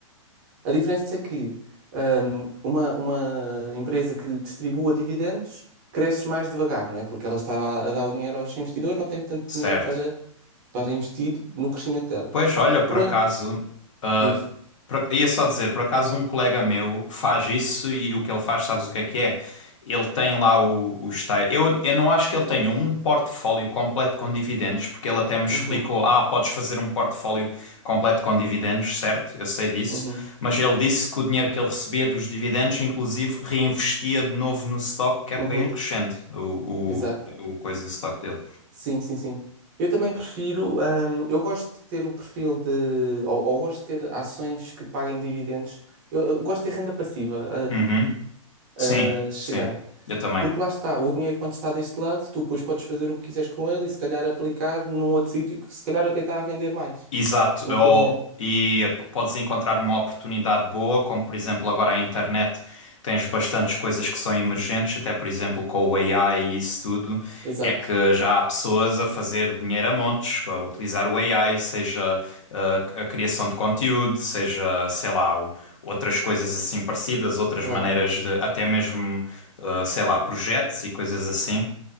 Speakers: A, on the right; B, on the left.
A: A diferença é que hum, uma, uma empresa que distribua dividendos cresce mais devagar, não é? Porque ela está a dar o dinheiro aos investidores, não tem tanto
B: certo.
A: dinheiro para para investir no crescimento dela.
B: Pois, olha, por
A: Uma
B: acaso,
A: empresa
B: ah,
A: diz.
B: por- ia só dizer, por acaso um colega meu faz isso e o que ele faz, sabes o que é que é? Ele tem lá o, o esta- Eu, eu não acho que ele tenha um portfólio completo com dividendos, porque ele até me explicou,
A: Uhum,
B: ah, podes fazer um portfólio completo com dividendos, certo? Eu sei disso,
A: uhum,
B: mas ele disse que o dinheiro que ele recebia dos dividendos, inclusive, reinvestia de novo no stock, que é
A: uhum,
B: para ir crescendo o,
A: exato.
B: o, o coisa do stock dele.
A: Sim, sim, sim. Eu também prefiro, hum, eu gosto de ter o perfil de, ou, ou gosto de ter ações que paguem dividendos. Eu, eu gosto de ter renda passiva
B: Uhum.
A: a,
B: Sim,
A: a- a chegar.
B: sim, eu também.
A: Porque lá está, o dinheiro quando está deste lado, tu depois podes fazer o que quiseres com ele e se calhar aplicar num outro sítio que se calhar até está a render mais
B: Exato,
A: naquele
B: ou,
A: momento.
B: e p- podes encontrar uma oportunidade boa, como por exemplo agora a internet tens bastantes coisas que são emergentes, até por exemplo com o AI e isso tudo,
A: Exato,
B: é que já há pessoas a fazer dinheiro a montes, a utilizar o AI, seja uh, a, criação de conteúdo, seja, sei lá, o- outras coisas assim parecidas, outras
A: claro.
B: maneiras de, até mesmo, uh, sei lá, projetos e coisas assim.